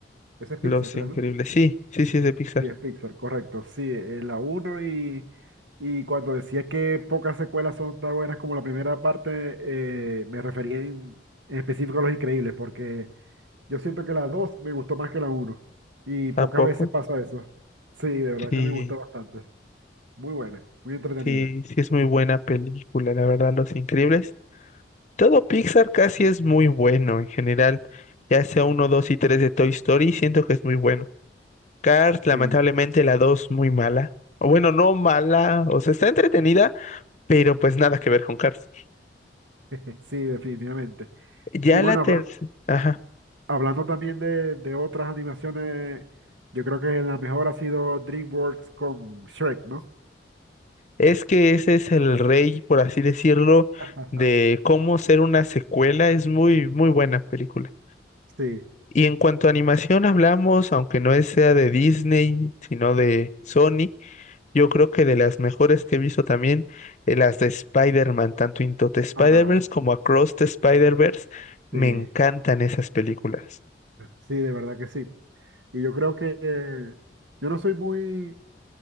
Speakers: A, on the right; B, on the left.
A: Ese es
B: Los
A: Pixar, creo,
B: Increíbles.
A: ¿no?
B: Sí, sí, sí es de Pixar.
A: Sí, es Pixar, correcto. Sí, eh, la uno y, y cuando decía que pocas secuelas son tan buenas como la primera parte, eh, me refería en, en específico a Los Increíbles, porque yo siento que la 2 me gustó más que la uno y pocas
B: ¿A poco?
A: veces pasa eso. Sí, de verdad
B: Sí,
A: que me gustó bastante. Muy buena, muy entretenida.
B: sí, sí es muy buena película, la verdad, Los Increíbles. Todo Pixar casi es muy bueno en general. Ya sea uno, dos y tres de Toy Story, siento que es muy bueno. Cars, lamentablemente,
A: Sí,
B: la dos muy mala. O bueno, no mala, o sea, está entretenida, pero pues nada que ver con Cars.
A: <laughs> sí, definitivamente.
B: Ya
A: Y bueno,
B: la tercera.
A: hablando, hablando también de, de otras animaciones, yo creo que la mejor ha sido DreamWorks con Shrek, ¿no?
B: Es que ese es el rey, por así decirlo,
A: <laughs>
B: de cómo ser una secuela. Es muy, muy buena película.
A: Sí.
B: Y en cuanto a animación hablamos, aunque no es- sea de Disney, sino de Sony, yo creo que de las mejores que he visto también, eh, las de Spider-Man, tanto Into the Spider-Verse
A: Ah,
B: como Across the Spider-Verse, me
A: sí,
B: encantan esas películas.
A: sí, de verdad que sí. Y yo creo que eh, yo no soy muy,